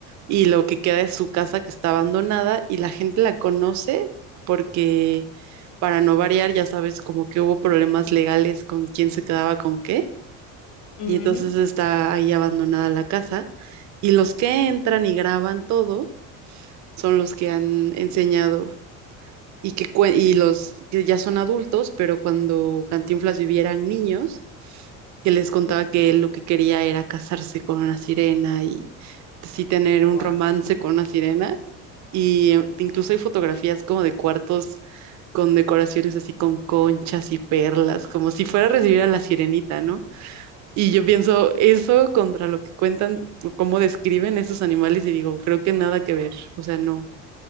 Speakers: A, on the right; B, on the left.
A: y lo que queda es su casa que está abandonada y la gente la conoce porque, para no variar, ya sabes, como que hubo problemas legales con quién se quedaba con qué
B: Ujú,
A: y entonces está ahí abandonada la casa y los que entran y graban todo son los que han enseñado y que cue- y los que ya son adultos, pero cuando Cantinflas vivieran niños, que les contaba
B: sí,
A: que él lo que quería era casarse con una sirena y sí tener un
B: wow.
A: romance con una sirena. Y eh, incluso hay fotografías como de cuartos con decoraciones así con conchas y perlas, como si fuera a recibir a la sirenita, ¿no? Y yo pienso eso contra lo que cuentan, o cómo describen esos animales y digo, creo que nada que ver, o sea, no,